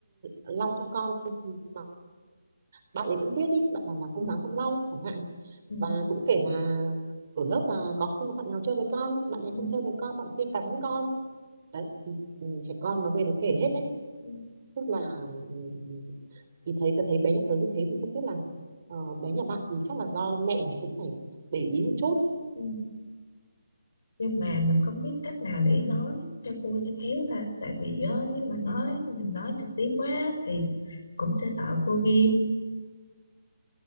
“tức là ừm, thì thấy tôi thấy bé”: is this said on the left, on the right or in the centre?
Right